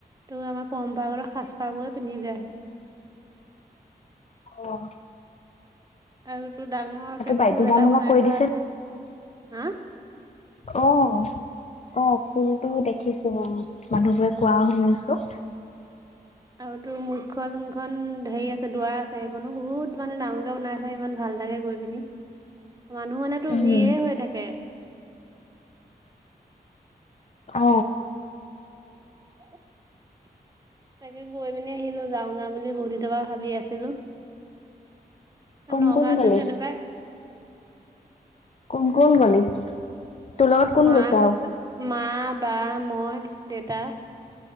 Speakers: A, on the right; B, on the left.
A: তোৰ আমাৰ পৰম্পৰাগত সাজ-পাৰ বোৰে পিন্ধি যায়।
B: অ'।
A: আৰু তোৰ ডাঙৰকে
B: বাধ্যতামূলক
A: খোল এটা বনাই
B: কৰি
A: থোৱা
B: দিছে
A: আছে হা
B: অ' অ' খোলটো দেখিছো মই মানুহবোৰে
A: উম
B: কোৱা শুনিছো।
A: আৰু তো মুখ্য যোনখন হেৰি আছে দোৱা আছ ছে সেইখনো বহুত মানে ডাঙৰকে বনাইছে ইমান ভাল লাগে গৈ পিনি মানুহ মনেতো
B: উম
A: ভিৰে হৈ থাকে।
B: অ,
A: <inaudible> তাকে গৈ মেলি আহিলো যাওঁ যাওঁ বুলি বহুত দিনৰ পৰা ভাবি আছিলো।
B: কোন
A: নগাঁও
B: কোন গলি
A: তেনকাই,
B: কোন কোন গলি তোৰ লগত কোন
A: মা
B: গৈছো
A: গৈছে
B: আৰু
A: মা বা মই দেউতা।